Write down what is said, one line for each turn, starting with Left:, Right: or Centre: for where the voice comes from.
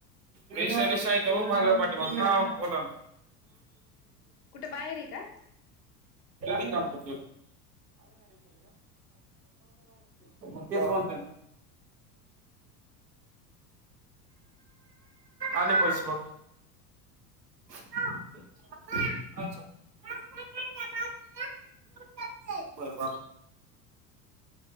Right: रेश रेशाग पाठी मग का बोला
Left: कुठे बाहेर आहे का
Right: <unintelligible> <inaudible> <unintelligible> <inaudible> मग तेच म्हणतोय ना आले पैसे बघ, <unintelligible> बर